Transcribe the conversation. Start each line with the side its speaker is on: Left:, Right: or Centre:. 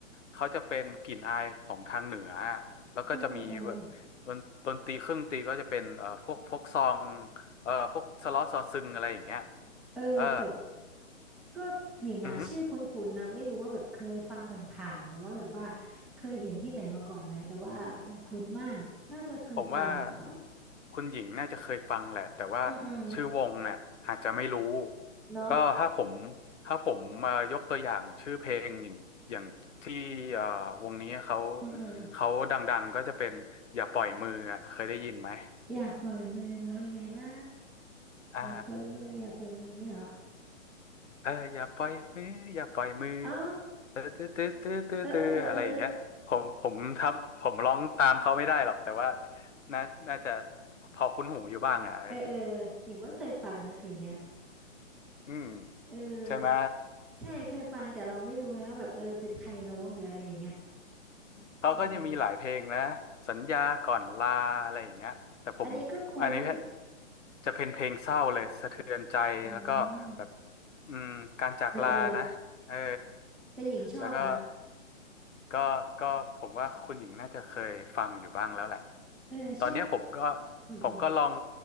Left: เขาจะเป็นกลิ่นอายของทางเหนือ แล้วก็จะมีแบบดนดนตรีเครื่องดนตรีก็จะเป็นเอ่อพวกพวกซอง
Centre: อืมอืมอืม
Left: เอ่อพวกสล้อซอซึงอะไรอย่างเงี้ย
Centre: เออแต่
Left: เออ
Centre: ก็หญิงอะชื่อคุ้นๆนะไม่รู้ว่าแบบเคยฟังผ่านๆหรือว่าแบบว่า
Left: อือหือ
Centre: เคยเห็นที่ไหนมาก่อนไหมแต่ว่ามันคุ้นมากน่าจะเคยฟังอะมั้ง
Left: ผมว่าคุณหญิงน่าจะเคยฟังแหละแต่ว่าชื่อวงน่ะอาจจะไม่รู้
Centre: อืมอืมเนาะ
Left: ก็ถ้าผมถ้าผมมายกตัวอย่างชื่อเพลงอย่างอย่างที่เอ่อวงนี้เขา
Centre: อืมอืม
Left: เขาดังๆก็จะเป็นอย่าปล่อยมืออะเคยได้ยินไหม
Centre: อย่าปล่อยมือมันแล้วยังไงนะ
Left: อ่า
Centre: อย่าปล่อยมืออย่าปล่อยมืองี้เหรอ
Left: เอออย่าปล่อยมืออย่าปล่อยมือ
Centre: อ๋อ
Left: เออตื้อตื้อตื้อตื้อตื้ออะไรอย่างเงี้ยผมผมทำผมร้องตามเขาไม่ได้หรอกแต่ว่า
Centre: เออเออเออเออ
Left: น่าน่าจะพอคุ้นหูอยู่บ้างอ่ะเออ
Centre: เออเออหญิงว่าเคยฟังนะเพลงเนี้ย
Left: อืม
Centre: เออ
Left: ใช่ไหม
Centre: ใช่เคยฟังแต่เราไม่รู้ไงว่าแบบเออเป็นใครร้องหรืออะไรอย่างเงี้ย
Left: เขาก็จะมีหลายเพลงนะสัญญาก่อนลาอะไรอย่างเงี้ยแต่ผมอันนี้
Centre: อืมอันนี้ก็คุ้น
Left: จะเป็นเพลงเศร้าเลยสะเทือนใจแล้วก็แบบ
Centre: อืม
Left: อืมการจากลานะเออ
Centre: เออเออ แต่หญิงชอบนะ
Left: แล้วก็ก็ก็ผมว่าคุณหญิงน่าจะเคยฟังอยู่บ้างแล้วแหละ
Centre: เออชอบ
Left: ตอนเนี้ยผมก็
Centre: อืมอืม
Left: ผมก็ลอง